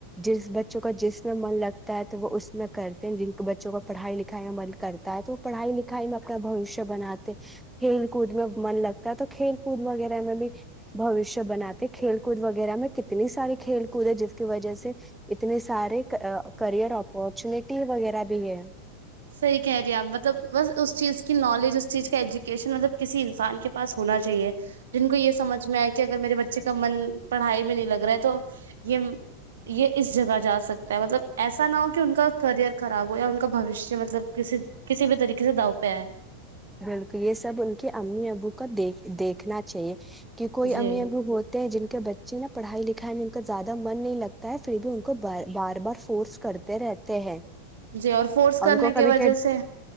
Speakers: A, in the centre; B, on the right.
A: جس بچوں کا جس میں من لگتا ہے تو وہ اس میں کرتے ہیں جن کے بچوں کا پڑھائی لکھائی میں من کرتا ہے تو وہ پڑھائی لکھائی میں اپنا بوشیہ بناتے کھیل کود میں من لگتا ہے تو کھیل کود وغیرہ میں بھی بوشیہ بناتے کھیل کود وغیرہ میں کتنی ساری کھیل کود ہے جس کی وجہ سے اتنے سارے کریئر اپورچونیٹی وغیرہ بھی ہے
B: صحی کہہ رہی آپ مطلب بس اس چیز کی نالج اس چیز کا ایجوک شن مطلب کسی انسان کے پاس ہونا چاہیے جن کو یہ سمجھ میں آئے کہ اگر میرے بچے کا من پڑھائی میں نہیں لگ رہا ہے تو یہ یہ اس جگہ جا سکتا ہے مطلب ایسا نہ ہو کہ ان کا کریئر خراب ہو یا ان کا بھوشیہ مطلب کسی کسی بھی طریقے سے دؤ پہ ہے
A: بالکل یہ سب ان کی امی ابو دیک دیکھنا چاہیے کہ کوئی
B: جی
A: امی اب ہوتے ہیں جن کے بچے نا پڑھائی لکھائی دکھ ان کا زیادہ من نہیں لگتا ہے پھر بھی ان کو بار بار فورس کرتے رہتے ہیں
B: جی اور فورس کرنے
A: ان کو
B: کی
A: کبھی
B: وجہ سے